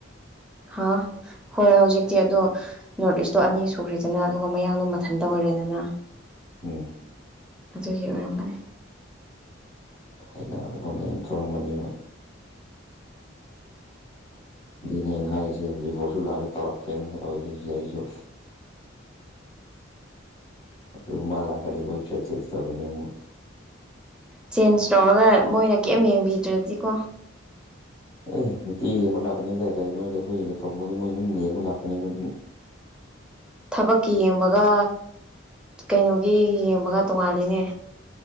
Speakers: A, in the centre; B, on the left.
A: ꯍꯥꯥꯎ ꯍꯣꯏꯣꯏ ꯍꯧꯖꯤꯛꯇꯤ ꯑꯗꯣ ꯅꯣꯔꯠ ꯏꯁꯇꯣ ꯑꯅꯤ ꯁꯨꯈ꯭ꯔꯦꯗꯅ ꯑꯗꯨꯒ ꯃꯌꯥꯡꯗꯣ ꯃꯊꯟꯇ ꯑꯣꯏꯔꯦꯗꯅ
B: ꯎꯝ
A: ꯑꯗꯨꯒꯤ ꯑꯣꯏꯔꯝꯒꯅꯤ
B: ꯑꯩꯅ ꯑꯇꯣꯞꯄ ꯃꯌꯥꯝ ꯊꯣꯛꯔꯝꯑꯥꯃꯅꯤꯕ ꯅꯦ ꯍꯥꯏꯁꯦꯔꯤꯁꯜꯥꯔ ꯇꯔꯛꯀ ꯇ ꯁꯤꯁꯨ ꯗ ꯑꯗꯨꯒ ꯃꯥ ꯂꯥꯛꯀꯅꯤ ꯑꯩꯈꯣꯏ ꯐ꯭ꯂ ꯆꯦꯟꯖ ꯇꯧꯒꯅꯤ ꯑꯃꯨꯛ
A: ꯆꯦꯟꯖ ꯇꯧꯔꯒ ꯃꯣꯏꯅ ꯀꯔꯤꯝ ꯌꯦꯡꯕꯤꯗ꯭ꯔꯗꯤꯀꯣ
B: ꯑꯦ ꯅꯨꯡꯇꯤ ꯌꯦꯡꯕ ꯂꯥꯛꯀꯅꯤꯗꯗꯥꯏ ꯀꯩꯅꯣ ꯍꯥꯏꯗꯤ ꯑꯩꯈꯣꯏ ꯂꯦꯞꯇꯣꯞ ꯑꯗꯨ ꯃꯣꯏ ꯑꯗꯨꯝ ꯌꯦꯡꯕ ꯂꯥꯛꯀꯅꯤ ꯑꯗꯨꯝ ꯗ
A: ꯊꯕꯛꯀꯤ ꯌꯦꯡꯕꯒ ꯀꯩꯅꯣꯒꯤ ꯌꯦꯡꯕꯒ ꯇꯣꯉꯥꯜꯂꯤꯅꯦ